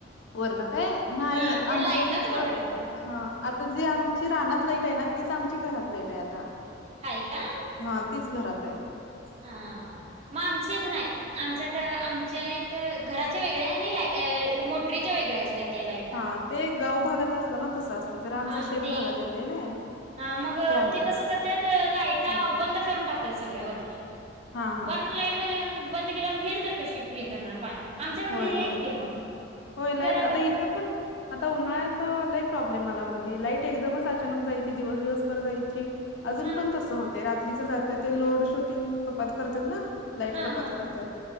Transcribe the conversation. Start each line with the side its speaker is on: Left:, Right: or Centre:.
Left: वर्ण काय नाही.
Right: हा त्या
Left: आमच्या
Right: लाईटाच
Left: इथ
Right: बंद करत्यात
Left: हा. आता जी आमची रानात लाईटय ना. तीच आमची घरात लाईटय आता.
Right: हाय का?
Left: हा तीच घरातय.
Right: हा मग आमची येथ नाही. आमच्यात आमच्या इथं घराचे वेगळी आणि ला मोटरीचे वेगळ्या अस त्यात या लाईटा.
Left: हां, ते गाव भागात असला ना तसं असते. जरा आमच
Right: हा
Left: शेत
Right: ते
Left: भागात येते ना.
Right: हा मग
Left: त्यामुळं.
Right: ते कसं करत्यात. लाइटा
Left: हं.
Right: बंद करून टाकत्यात सगळ्या वरल्या.
Left: हा हा.
Right: वरनं लाईट बंद केल्या न विहीर तर कशी हे करणार पाणी.
Left: होय,
Right: आमच्या पण विहिर
Left: होय.
Right: आहेत की मग.
Left: होय लाईट.
Right: कर
Left: आता इथं पण आता उन्हाळ्यात
Right: हम्म
Left: लई प्रॉब्लेम आला मध्ये. लाईट एकदमच अचानक जायची. दिवस दिवस पर जायची. अजून
Right: हा
Left: पण तसं होते. रात्रीच जाते ते. लोड शुटिंग कपात करतात ना. लाईट
Right: हा
Left: कपात
Right: हा हा
Left: करतात.